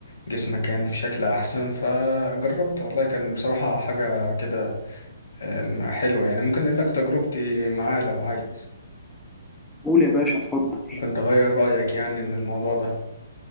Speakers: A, on the left (about 70°); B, in the centre.
A: جسمك يعني في شكل احسن فجربت والله كان بصراحة حاجة كده آه، حلوة يعني ممكن اقول لك تجربتي معاه لو عايز
B: بتقول إيه يا باشا اتفضل
A: ممكن تغير رأيك يعني من الموضوع ده